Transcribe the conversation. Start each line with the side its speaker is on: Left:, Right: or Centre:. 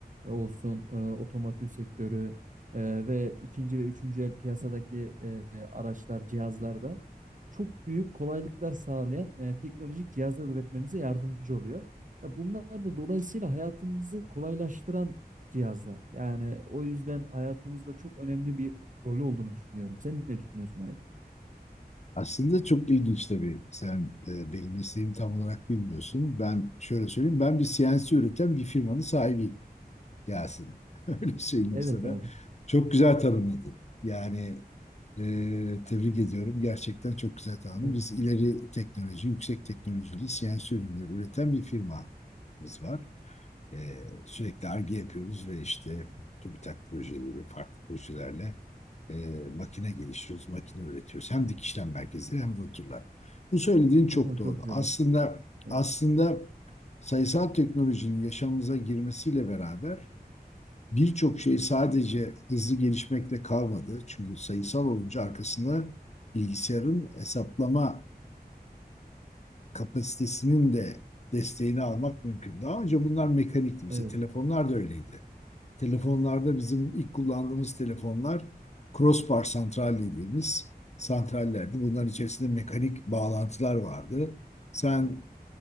Right: e, olsun, e, otomotiv sektörü, ee, ve ikinci ve üçüncü el piyasadaki e, araçlar, cihazlarda çok büyük kolaylıklar sağlayan e, teknolojik cihazlar üretmemize yardımcı oluyor. Ya bunlar da dolayısıyla hayatımızı kolaylaştıran cihazlar. Yani o yüzden hayatımızda çok önemli bir rolü olduğunu düşünüyorum. Sen ne düşünüyorsun abi?
Left: Aslında çok ilginç tabii. Sen e, benim mesleğimi tam olarak bilmiyorsun. Ben şöyle söyleyeyim. Ben bir CNC üreten bir firmanın sahibiyim Yasin. <laughs> Öyle söyleyeyim
Right: Evet
Left: sana.
Right: abi.
Left: Çok güzel tanımladın. Yani e, tebrik ediyorum. Gerçekten çok güzel tanımladın.
Right: Evet.
Left: Biz ileri teknoloji, yüksek teknolojili CNC ürünleri üreten bir firmamız var. Ee, sürekli arge yapıyoruz ve işte TÜBİTAK projeleri, farklı projelerle e, makine geliştiriyoruz, makine üretiyoruz. Hem dikişlem merkezleri hem rotorlar. Bu söylediğin çok
Right: Oo,
Left: doğru.
Right: çok güzel
Left: Aslında
Right: abi. Evet.
Left: aslında sayısal teknolojinin yaşamımıza girmesiyle beraber birçok şey sadece hızlı gelişmekle kalmadı. Çünkü sayısal olunca arkasına bilgisayarın hesaplama kapasitesinin de desteğini almak mümkün. Daha önce bunlar mekanikti. Mesela
Right: Evet.
Left: telefonlar da öyleydi. Telefonlarda bizim ilk kullandığımız telefonlar crossbar santral dediğimiz santrallerdi. Bunların içerisinde mekanik bağlantılar vardı. Sen